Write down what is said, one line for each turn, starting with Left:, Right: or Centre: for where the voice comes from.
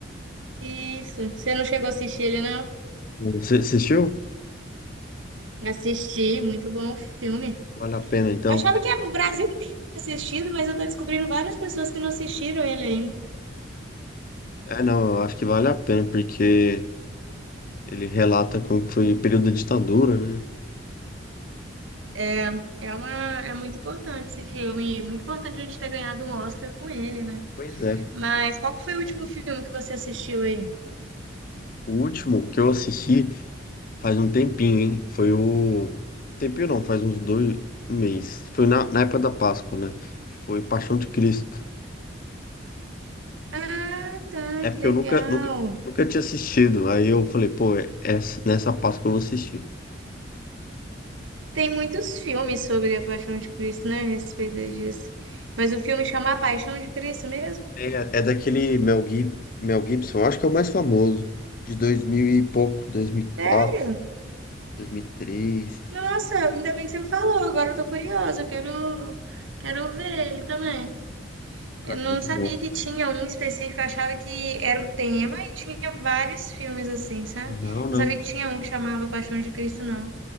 Right: Isso. Você não chegou a assistir ele, não?
Left: Você assistiu?
Right: Assisti, muito bom o filme.
Left: Vale a pena, então.
Right: Eu achava que o Brasil tinha assistido, mas eu tô descobrindo várias pessoas que não assistiram ele ainda.
Left: É, não, eu acho que vale a pena, porque ele relata como que foi o período da ditadura, né?
Right: É, é uma, é muito importante esse filme, e muito importante a gente ter ganhado um Oscar com ele, né?
Left: Pois é.
Right: Mas qual que foi o último filme que você assistiu aí?
Left: O último que eu assisti faz um tempinho, hein? Foi o. Tempinho não, faz uns dois um mês. Foi na, na época da Páscoa, né? Foi Paixão de Cristo.
Right: Ah, tá,
Left: É porque
Right: que legal.
Left: eu nunca, nunca, nunca tinha assistido. Aí eu falei, pô, é- essa- nessa Páscoa eu vou assistir.
Right: Tem muitos filmes sobre a Paixão de Cristo, né, a respeito disso. Mas o filme chama A Paixão de Cristo mesmo?
Left: É, é daquele Mel Gib- Mel Gibson, eu acho que é o mais famoso, de 2000 e pouco, 2004,
Right: Sério?
Left: 2003.
Right: Nossa, ainda bem que você me falou, agora eu tô curiosa, eu quero, quero ver ele também. Eu
Left: Cara,
Right: não
Left: muito
Right: sabia
Left: bom.
Right: que tinha um específico, eu achava que era o tema e tinha vários filmes assim, sabe?
Left: Não, não.
Right: Não sabia que tinha um que chamava Paixão de Cristo, não.